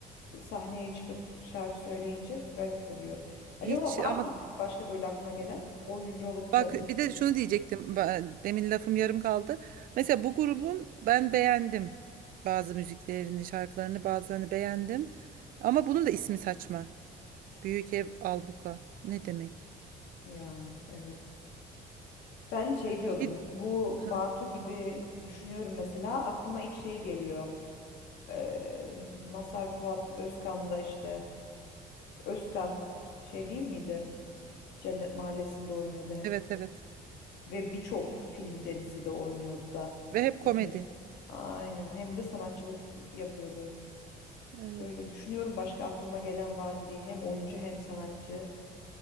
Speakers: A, on the left; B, on the right.
A: sahneye çıkıp şarkı söyleyince garip oluyor. Acaba
B: Hiç
A: var
B: ama
A: mı başka böyle aklına gelen oyuncu olup
B: bak
A: da
B: bir
A: dinlediğin?
B: de şunu diyecektim. Ben- Demin lafım yarım kaldı. Mesela bu grubun ben beğendim. Bazı müziklerini, şarkılarını bazılarını beğendim. Ama bunun da ismi saçma. Büyük ev albuka. Ne demek?
A: Yani evet. Ben şey diyordum.
B: Bir-
A: Bu
B: Ha,
A: Bartu gibi düşünüyorum mesela. Aklıma ilk şey geliyor. Ee, Mazhar Fuat Özkan'da işte. Özkan şey değil miydi? Cennet Mahallesi'nde oynuyordu hem.
B: Evet evet.
A: Ve birçok filmde dizide oynuyordu da.
B: Ve hep
A: Hem
B: komedi.
A: de aynen hem de sanatçılık yapıyordu.
B: Evet.
A: Öyle düşünüyorum başka aklıma gelen var mı diye. Hem oyuncu hem sanatçı.